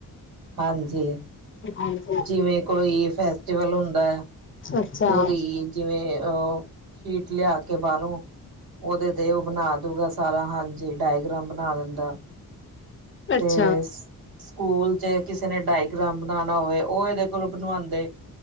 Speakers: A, on the right (about 80°); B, on the left (about 35°).
A: ਹਾਂਜੀ।
B: ਹਾਂਜੀ।
A: ਜਿਵੇਂ ਕੋਈ ਫੈਸਟੀਵਲ ਹੁਨ ਹੂੰਦਾ ਏ,
B: ਅੱਛਾ-ਅੱਛਾ
A: ਉਹਦੀ ਜਿਵੇਂ ਅ ਸ਼ੀਟ ਲਿਆ ਕੇ ਬਾਹਰੋਂ ਉਹਦੇ ਤੇ ਉਹ ਬਣਾ ਦੂਗਾ ਸਾਰਾ ਹਾਂਜੀ ਡਾਇਗ੍ਰਾਮ ਬਣਾ ਦਿੰਦਾ।
B: ਅੱਛਾ
A: ਤੇ ਸਕੂਲ ਚ ਕਿਸੇ ਨੇ ਡਾਇਗ੍ਰਾਮ ਬਣਾਉਣਾ ਹੋਵੇ, ਉਹ ਇਹਦੇ ਕੋਲ ਬਣਵਾਉਂਦੇ।